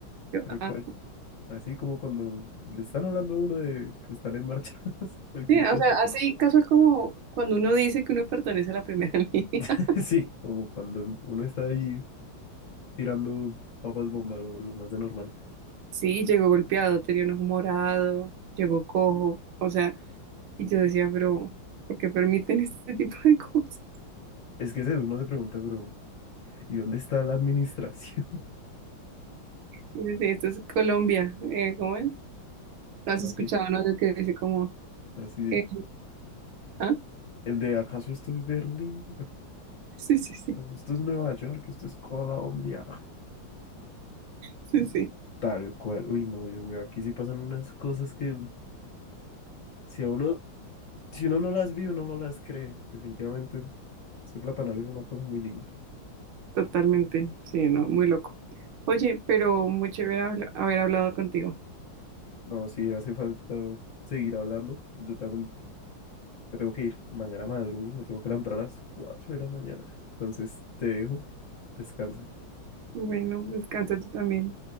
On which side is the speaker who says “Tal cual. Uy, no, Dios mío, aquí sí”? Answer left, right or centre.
Left